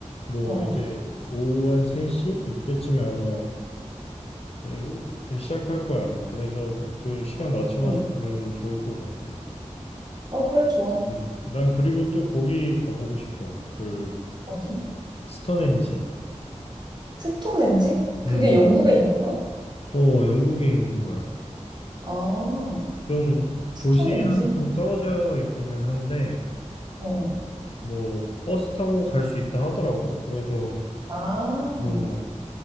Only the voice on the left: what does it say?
뭐
이제 오후 한 3시 이때쯤에 아마 예, 그 시작할 거야 아마. 그래서 그 시간 맞춰가지고
가면 좋을 것 같아.
음, 난 그리고 또 거기 가보고 싶어. 그
스톤헨지.
음,
어 영국에 있는 거야.
좀
도시랑 좀 떨어져 있기는 한데
뭐 버스 타고 갈 수 있다 하더라고. 그래서
뭐